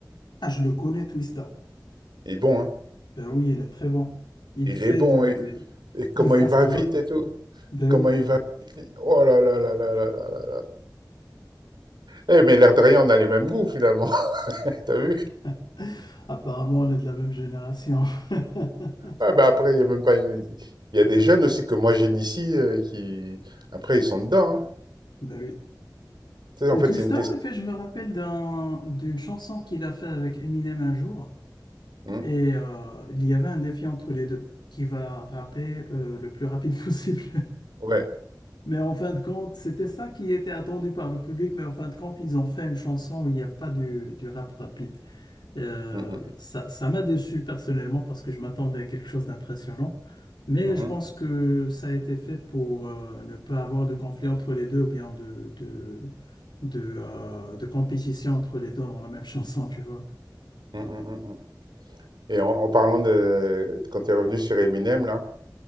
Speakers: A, on the left; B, on the right.
A: Ah, je le connais, Twista.
B: Il est bon, hein?
A: Ben oui, il est très bon. Il
B: Il
A: fait
B: est bon.
A: du,
B: il- Et comment
A: du fast
B: il va vite
A: rap.
B: et tout.
A: Ben
B: Comment
A: oui.
B: il va vite. lui. Oh là là là là là là là. Eh, mais l'air de rien, on a les mêmes goûts finalement. <laughs> T'as vu?
A: <laughs> Apparemment, on est de la même génération. <laughs>
B: Ah bah après, il y a même pas une... Il y a des jeunes aussi que moi j'initie euh, qui... Après, ils sont dedans. hein.
A: Ben oui.
B: Tu sais,
A: Pour
B: en fait,
A: Twista,
B: c'est une question...
A: en effet, je me rappelle d'un- d'une chanson qu'il a fait avec Eminem un jour.
B: Mm.
A: Et euh, il y avait un défi entre les deux qui va rapper euh, le plus rapide <laughs> possible.
B: Ouais.
A: Mais en fin de compte, c'était ça qui était attendu par le public, mais en fin de compte, ils ont fait une chanson où il n'y a pas du, du rap rapide. Euh,
B: Mm, mm.
A: ça, ça m'a déçu personnellement parce que je m'attendais à quelque chose d'impressionnant. Mais
B: Mhm.
A: je pense que ça a été fait pour euh, ne pas avoir de conflit entre les deux ou bien de, de, de, euh, de compétition entre les deux dans la même <laughs> chanson, tu vois.
B: Mm, mm, mm, mm. Et en, en parlant de... Quand tu es revenu sur Eminem, là,